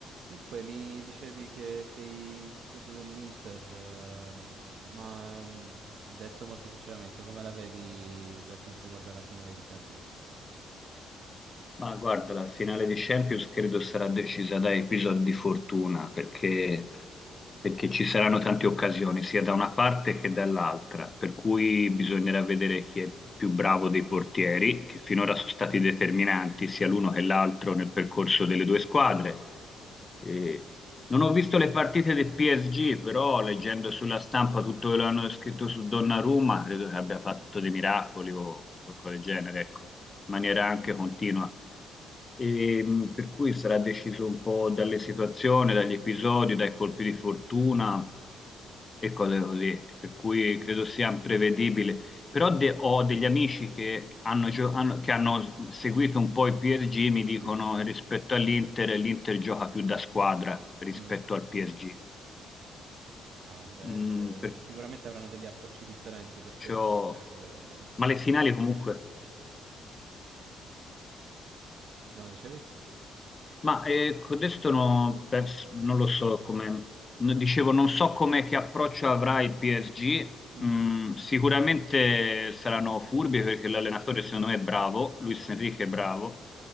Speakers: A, on the right; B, on the left.
A: Dunque, mi dicevi che sei tifoso dell'Inter, ehm, ma mh, detto molto sinceramente, come la vedi per quanto riguarda la finale di Champions?
B: Ma guarda, la finale di Champions credo sarà decisa da episodi di fortuna, perché, perché ci saranno tante occasioni, sia da una parte che dall'altra, per cui bisognerà vedere chi è più bravo dei portieri, che finora sono stati determinanti sia l'uno
A: Eh, beh,
B: che
A: parliamo.
B: l'altro nel percorso delle due squadre. E non ho visto le partite del PSG, però leggendo sulla stampa tutto quello che hanno scritto su Donnarumma, credo che abbia fatto dei miracoli o qualcosa del genere, ecco in maniera anche
A: eh,
B: continua. E, mh, per cui sarà deciso un po' dalle situazioni, dagli episodi, dai colpi di fortuna e cose così, per cui credo sia imprevedibile. Però de- ho degli amici che hanno, gio- hanno- che hanno seguito
A: mhm.
B: un po' il PSG, mi dicono
A: Sì?
B: che rispetto all'Inter, l'Inter gioca più da squadra rispetto
A: Mm.
B: al PSG.
A: Ah, beh,
B: Mm,
A: eh, sicuramente avranno degli approcci differenti perché
B: perciò...
A: comunque,
B: Ma
A: eh,
B: le
A: sì.
B: finali comunque...
A: No, dicevi?
B: Ma eh, adesso no, pers- non lo so come, no, dicevo, non so come che approccio avrà il PSG.
A: Mhm.
B: Mm, sicuramente saranno furbi perché l'allenatore secondo me è bravo, Luis Enrique
A: Sì.
B: è bravo,